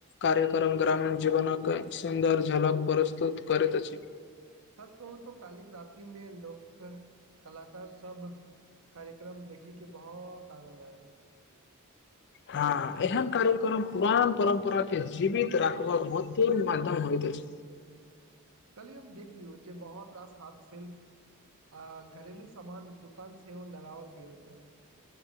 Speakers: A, on the left (about 50°); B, on the right (about 70°).
A: कार्यक्रम ग्रामीण जीवनकक सुन्दर झलक प्रस्तुत करैत अछि
B: सच कहू त कालिक रति मे लोक कला सब कार्यक्रम देखी के बहुत आन्नद आयल
A: हँ इह कार्यक्रम पुरान परम्परा के जीवित राखबाक महत्वपूर्ण माध्यम होइत अछि
B: कली हम देख लियौ जे बहुत रास हाथ सेेल आ घरेलू सामान दुकान सेहो लगाओल गेल छलनि